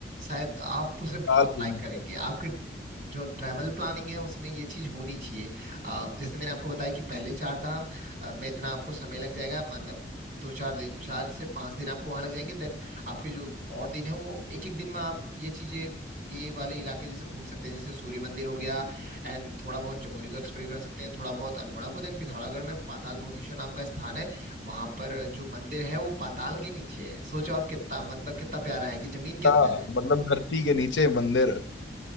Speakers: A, on the right (about 45°); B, on the left (about 85°).
A: शायद आप उसे
B: चार
A: बहुत
B: दिन
A: लाइक करेंगे आपके जो ट्रैवल प्लानिंग है उसमें ये चीज होनी चाहिए अ, जैसे मैंने आपको बताया कि पहले चार धाम अ, में इतना आपको समय लग जाएगा मतलब दो चार दिन चार से पांच दिन आपको वहां लग जाएंगे देन आपके जो और दिन है वो एक एक दिन में आप ये चीजें ये वाले इलाके जैसे घूम सकते हैं जैसे सूर्य मंदिर हो गया एंड थोड़ा बहुत चमोली को एक्सप्लोर कर सकते हैं थोड़ा बहुत अल्मोड़ा को देन पिथौरागढ़ में पाताल भुवनेश्वर नाम का स्थान है वहां पर जो मंदिर है वो पाताल के नीचे है सोचो आप कितना मतलब कितना प्यारा है कि जमीन के
B: का
A: अंदर है
B: मतलब धरती के नीचे मंदिर